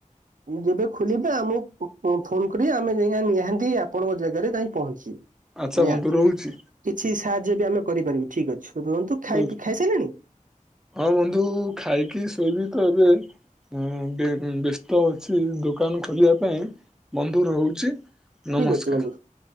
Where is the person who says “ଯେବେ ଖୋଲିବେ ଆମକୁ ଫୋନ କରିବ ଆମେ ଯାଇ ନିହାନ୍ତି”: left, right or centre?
Right